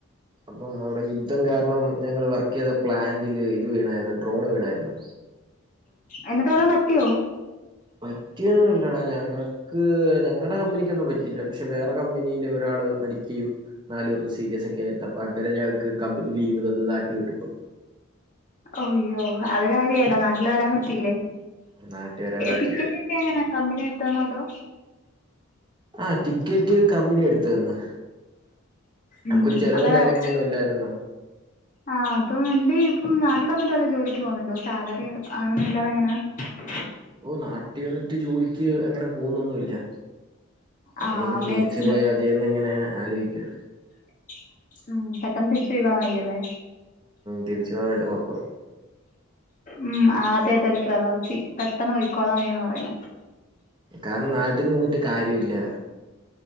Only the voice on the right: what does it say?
അപ്പം അവിടെ യുദ്ധം കാരണം ഞങ്ങള് വർക്ക് ചെയ്ത പ്ലാന്റില് ഇത് വീണായിരുന്നു ഡ്രോണ് വീണായിരുന്
പറ്റിയൊന്നുല്ലടാ ഞങ്ങക്ക് ഞങ്ങൾടെ കമ്പനിക്കൊന്നും പ ഇല്ല പക്ഷെ വേറെ കമ്പനിയില് ഒരാള് മരിക്കുകയും നാല് പർക്ക് സീരിയസ് ഒക്കെ ആയിരുന്നു അപ്പോ അങ്ങനെ ഞങ്ങക്ക് കമ്പനി ലീവ് തന്നതാ നാട്ടിൽ വിട്ടപ്പോ
നാട്ടി വരാൻ പറ്റി
ആഹ് ടിക്കറ്റ് കമ്പനി എടുത്ത് തന്
നമുക്കൊരു ചെലവും
കാര്യങ്ങളൊന്നും ഇല്ലായിരുന്നോ
ഓഹ് നാട്ടിൽ വന്നിട്ട് ജോലിക്ക് അങ്ങന പോകുന്നൊന്നുല്ല എങ്ങനെയെങ്കിലും
തിരിച്ചു പോയാ മതിയെന്ന് ഇങ്ങനെ നെ ആലോയിക്ക
തിരിച്ചു പോകാൻ നല്ല കൊഴപ്പോണ്
കാരണം നാട്ടിൽ നിന്നിട്ട് കാര്യോല്ല്യ